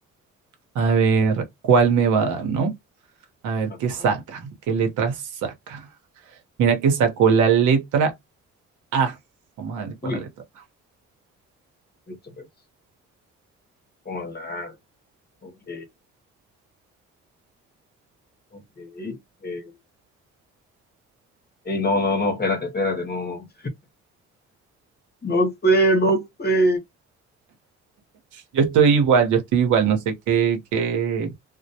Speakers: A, on the right; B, on the left.
A: A ver cuál me va a dar, ¿no? A ver
B: Ajá.
A: qué saca, qué letra saca. Mira que sacó la letra A. Vamos a darle con
B: Uy,
A: la letra A.
B: listo pues. Hola. Ok, ok. eh, Ey, no, no, no, espérate, espérate, no. No sé, no sé.
A: Yo estoy igual, yo estoy igual. No sé qué, qué,